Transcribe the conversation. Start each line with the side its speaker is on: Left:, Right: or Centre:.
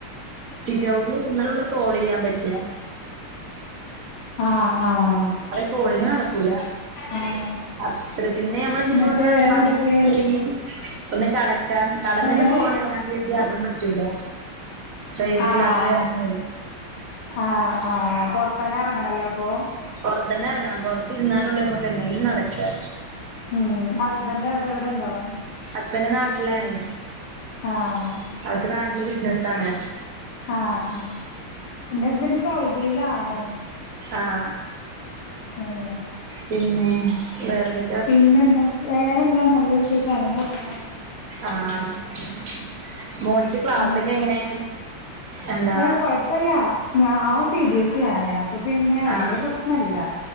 Right: സിറ്റൗട്ടില് നിന്നാലേള്ള് കോൾ ചെയ്യാൻ പറ്റ
Left: ആഹ് ആഹ്
Right: കോളിങ്ങ് നടക്കൂല
Left: അങ്ങനെ
Right: അപ്പ പിന്നെ ഞമ്മള്
Left: എന്നിട്ട്
Right: ഇപ്പോ ഒന്ന്
Left: വേറെന്തൊക്കെ
Right: പണി <unintelligible> ഒന്ന് കെടക്കാൻ കെടന്നിട്ട്
Left: എങ്ങനെ
Right: ഫോണ് <unintelligible> അതും പറ്റൂല റെയ്ഞ്ച്
Left: ആഹ്
Right: ഇല്ലാത്ത കാരണെ
Left: ആഹ് ആഹ് പൊറ്ത്തന്നെ ഇറങ്ങണല്ലേ അപ്പൊ
Right: പുറത്തന്നെ ഇറങ്ങണം പൊറത്ത് ഇരുന്നാലേ ഉള്ളു നമ്മുക്ക് എന്തെങ്കിലും നടക്കാ
Left: ഉം ഹസ്ബന്റ് എവിടെ ഇവിടെ ഉണ്ടോ?
Right: ഹസ്ബന്റ് നാട്ടിലാണ്
Left: ആഹ്
Right: അവർക്ക് നാട്ടില് ബിസിനസ് ആണ്.
Left: ആഹ് ആഹ് എന്റെ ഹസ്ബന്റ് സൗദിയിലാണ്.
Right: ആഹ്
Left: ആഹ
Right: പിന്നെ വേറെ ന്ത
Left: പിന്നെന്താ വേറെന്താ നല്ല വിശേഷമാണ്
Right: ആഹ് മോന്റെ ക്ലാസ്
Left: ഉം
Right: ഒക്കെ എങ്ങനെ എന്താ
Left: ഏഹ് കൊഴപ്പില്ല ഞാൻ ആവൻ സി ബി എസ് ഇ ആണ് അപ്പൊ പിന്നെ വലിയ
Right: ആഹ്
Left: പ്രശ്നല്ല